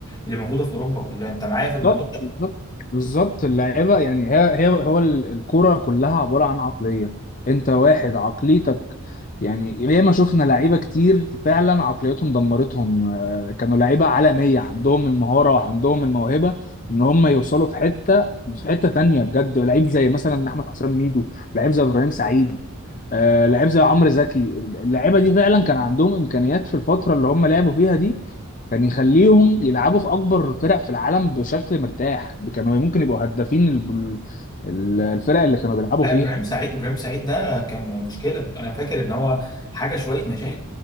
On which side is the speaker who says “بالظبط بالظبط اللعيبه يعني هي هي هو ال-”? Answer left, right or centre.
Left